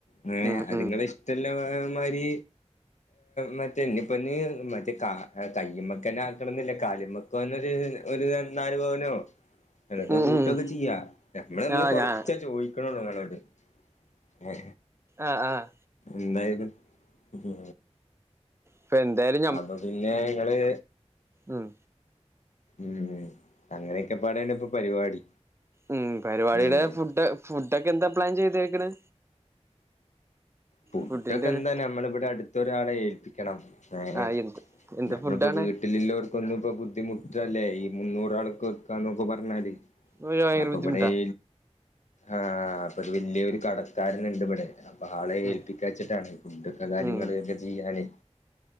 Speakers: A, on the left (about 85°); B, on the right (about 20°).
A: അങ്ങനെ
B: ഉം
A: അതുങ്ങള
B: ഉം
A: ഇഷ്ടമല്ല മാരി മറ്റേ ഞ്ഞിപ്പൊന്ന് മറ്റേ കാ കയ്യ്മക്കനെ ആക്കണംന്നില്ല കാല്മ ന്നൊ ഒരു നാല് പവാനോ ങ്ങക്ക്
B: ഉം
A: കൂട്ടൊക്കെ
B: ഉം
A: ചെയ്യാ നമ്മള് നമ്മള്
B: ആഹ്
A: കൊറച്ചാ
B: ഞാൻ
A: ചോദിക്കണള്ളൂ ങ്ങളോട് ഹേ
B: ആഹ് ആഹ്
A: നിന്നായാലും ഹേ
B: ഇപ്പ എന്തായാല്
A: അപ പിന്നെ നിങ്ങള്
B: ഉം
A: ഉം അങ്ങനെയൊക്കെ പാടണ് ഇപ്പൊ പരിപാടി
B: ഉം പരിപാടിയുടെ
A: ഉം
B: ഫുഡ് ഫുഡ് ഒക്കെ എന്താ പ്ലാൻ ചെയ്തേക്കണ്
A: ഫുഡൊകെ
B: ഫുഡിന്റെത്
A: എന്താ നമ്മളിവിടെ അടുത്തൊരാളെ ഏൽപ്പിക്കണം ഏ
B: ആഹ് എന്ത് എന്ത്
A: നമ്മളിപ്പോ
B: ഫുഡാണ്
A: വീട്ട വീട്ടിലുള്ളവർക്കൊന്നും ഇപ്പൊ ബുദ്ധിമുട്ടല്ലേ ഈ മുന്നൂറാൾക്ക് വെക്കാന്നൊക്കെ പറഞ്ഞാല്
B: ഭയങ്കര
A: അപ്പൊ
B: ബുദ്ധിമുട്ടാ
A: ഇവിടേയ് ആഹ അപ്പൊ അത്ഒരു വല്യ ഒരു കടക്കാരന്ണ്ട് ഇവിടെ അപ്പ ആളെഏൽ
B: ഉം
A: ച്ചിട്ടാണ് ഫുഡൊക്കെ കാര്യങ്ങള്
B: ഉം
A: ഒക്കെ ചെയ്യാന്